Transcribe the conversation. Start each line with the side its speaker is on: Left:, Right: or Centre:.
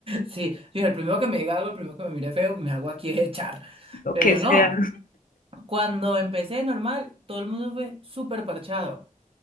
Right: Sí, dije, el primero que me diga algo, el primero que me mire feo, me hago aquí es echar.
Left: lo
Right: Pero
Left: que sea.
Right: no, cuando empecé normal, todo el mundo fue súper parchado.